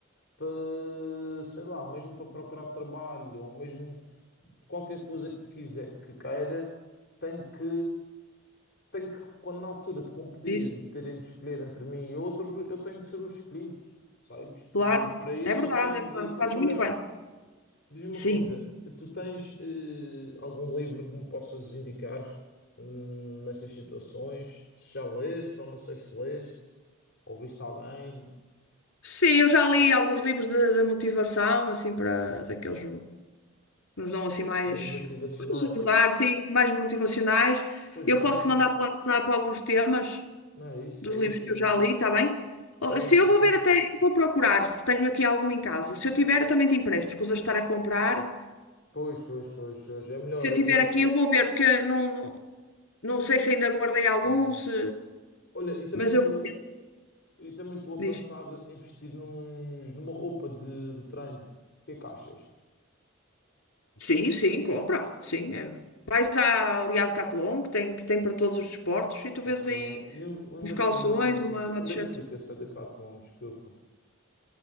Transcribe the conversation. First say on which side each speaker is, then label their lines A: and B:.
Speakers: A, on the left (about 55°); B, on the left (about 85°).
A: para, sei lá, mesmo para procurar trabalho, ou mesmo qualquer coisa que quiser, que queira, tem que, tem que, quando na altura de competir
B: Isso.
A: e terem de escolher entre mim e outro, eu tenho de ser o escolhido, sabes?
B: Claro,
A: E para isso
B: é verdade,
A: eu tenho
B: é verdade.
A: de trabalhar.
B: Fazes muito bem.
A: Diz-me uma
B: Sim.
A: coisa, tu tens eh, algum livro que me possas indicar hum, nestas situações? Se já leste ou não sei se leste, ou viste alguém,
B: Sim, eu já li alguns livros de, de motivação, assim, para daqueles. que nos dão assim mais,
A: mais motivacionais?
B: para nos ajudar, sim, mais motivacionais.
A: Pois
B: Eu
A: mandas-me.
B: posso te mandar pelo WhatsApp alguns temas
A: Não é isso,
B: dos
A: é
B: livros
A: isso,
B: que
A: é
B: eu já
A: isso.
B: li, está bem? Ou-
A: É
B: Se
A: isso,
B: eu vou
A: manda-me.
B: ver até, eu vou procurar se tenho aqui algum em casa. Se eu tiver, eu também te empresto, escusa de estar a comprar.
A: Pois, pois, pois, pois. É melhor,
B: Se eu
A: é melhor.
B: tiver aqui, eu vou ver, porque não, não, não sei se ainda guardei algum,
A: Uhum.
B: se...
A: Olha, e também
B: mas eu
A: tu,
B: vou.
A: e também estou a
B: Diz.
A: pensar em investir nos, numa roupa de, de treino. O que é que achas?
B: Sim, sim, compra, sim. é. Vais à, ali à Decathlon, que tem, que tem para todos os desportos, e tu
A: Ok.
B: vês aí
A: E o- onde
B: uns calções,
A: é que,
B: uma, uma
A: onde
B: t-shirt
A: é que fica essa Decathlon? Desculpa.